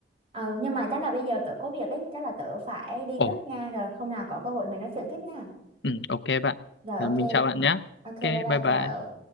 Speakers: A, on the right; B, on the left.
A: ờ nhưng mà chắc là bây giờ tớ có việc ấy chắc là tớ phải đi
B: ồ
A: trước nha rồi hôm nào có cơ hội mình nói chuyện tiếp nha
B: ừ, ok bạn
A: Rồi
B: Ờ,
A: ok.
B: mình chào bạn nhé
A: Ok bye
B: ok
A: bye
B: bye bye
A: cậu.